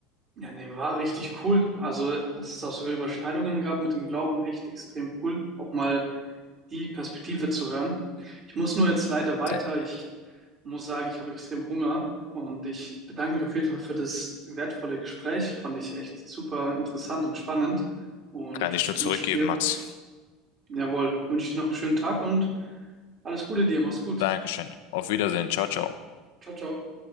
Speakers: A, on the right; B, on the left.
A: Ja, nee, war richtig cool. Also, dass es da sogar Überschneidungen gab mit dem Glauben, echt extrem cool. Auch mal die Perspektive zu hören. Ich muss nur jetzt leider weiter.
B: Dann
A: Ich muss sagen, ich habe extrem Hunger und ich bedanke mich auf jeden Fall für das wertvolle Gespräch. Fand ich echt super interessant und spannend und
B: kann ich nur zurückgeben,
A: wünsche dir,
B: Max.
A: jawohl, wünsche dir noch einen schönen Tag und alles Gute dir. Mach's gut.
B: Dankeschön. Auf Wiedersehen. Ciao, ciao.
A: Ciao, ciao.